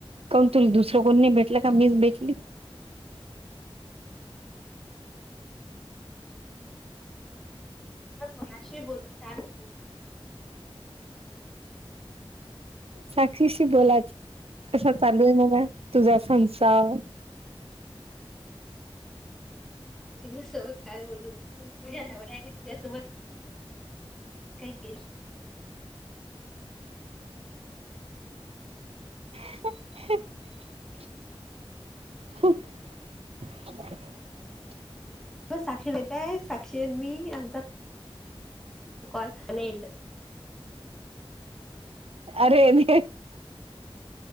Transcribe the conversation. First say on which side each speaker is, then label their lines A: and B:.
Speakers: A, on the right (about 80°); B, in the centre.
A: कोण तुरी दुसरं कोण नाही भेटला का मीच भेटली
B: कोणाशे बोलू स तू
A: साक्षीशी्री बोलाच कस चालू आहे मला तुझा संसार
B: तुझ्यासोबत काय बोलू तुझ्या नव्या तुझ्यासोबत काय केश
A: <inaudible> <inaudible>
B: साक्षीताय साक्षी मी आमचा कासलाड
A: अरे न